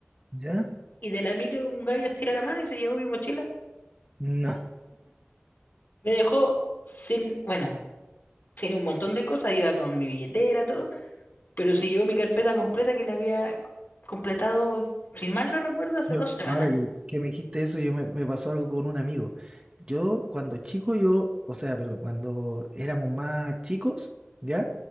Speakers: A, on the right; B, on the left.
A: ¿Ya?
B: y de la micro un gallo estira la mano y se llevó mi mochila.
A: No.
B: Me dejó sin, bueno, sin un montón de cosas, iba con mi billetera, todo pero si llevo mi carpeta completa que la había completado, sin mal no recuerdo,
A: <laughs>
B: hace
A: Yo,
B: dos semanas.
A: ahora que, me que me dijiste eso, yo me, me pasó algo con un amigo. Yo, cuando chico, yo, o sea, perdón, cuando éramos más chicos, ¿ya?